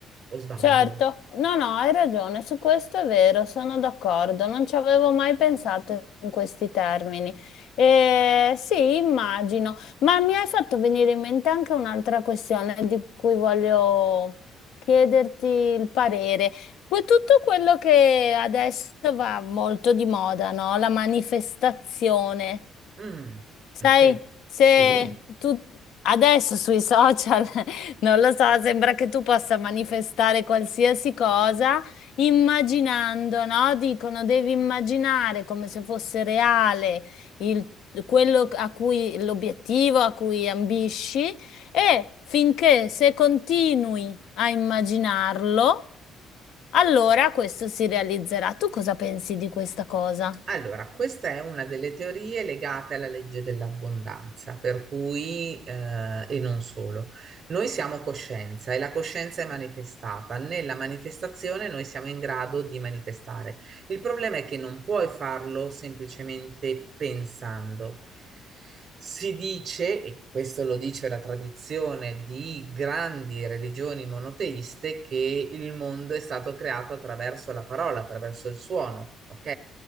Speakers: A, on the right; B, on the left.
A: o sbaglio?
B: Certo, no, no, hai ragione, su questo è vero, sono d'accordo, non ci avevo mai pensato in questi termini. Eh, sì, immagino, ma mi hai fatto venire in mente anche un'altra questione di cui voglio chiederti il parere. Que- Tutto quello che adesso va molto di moda, no? La manifestazione.
A: Mm,
B: Sai,
A: ok, <laughs>
B: se
A: Sì.
B: tu adesso sui social, <laughs> non lo so, sembra che tu possa manifestare qualsiasi cosa immaginando, no? Dicono devi immaginare come se fosse reale il- quello a cui l'obiettivo a cui ambisci e finché se continui a immaginarlo, allora questo si realizzerà. Tu cosa pensi di questa cosa?
A: Allora, questa è una delle teorie legate alla legge dell'abbondanza, per cui, eh, e non solo, noi siamo coscienza e la coscienza è manifestata. Nella manifestazione noi siamo in grado di manifestare. Il problema è che non puoi farlo semplicemente pensando. Si dice, e questo lo dice la tradizione di grandi religioni monoteiste, che il mondo è stato creato attraverso la parola, attraverso il suono, ok?